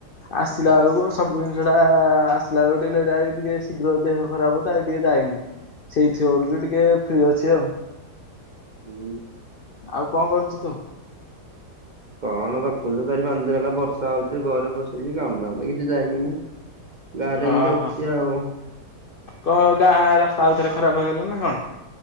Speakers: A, on the left (about 80°); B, on the right (about 45°).
A: ଆସିଲା ବେଳକୁ ସବୁ ଜିନିଷଟା ଆସିଲା ବେଳକୁ ଟିକେ ଏଟା ଟିକେ ଶୀଘ୍ର ଦେହ ଖରାପ ତ ଆ ଟିକେ ଯାଇନି ସେଇଥିିବୋର କି ଟିକେ ଫ୍ରି ଅଛି ଆଉ
B: ହୁଁ
A: ଆଉ କଣ କରୁଛୁ ତୁ
B: କଣ ରଖୁଛ ତାରି ପାଞ୍ଚ ଦିନ ହେଲା ବର୍ଷା ହଉଚଛି ଘରେ ବସୁଛି କାମଧାମ କିଛି ଯାଇନି ମୁଁ ଗାଁରେ
A: ଓହୋ
B: ଏମିତି ଅଛି ଆଉ।
A: କଣ ଗାଁ ରାସ୍ତା ଆଉ ଥରେ ଖରାପ ହେଇଗଲା ନା କଣ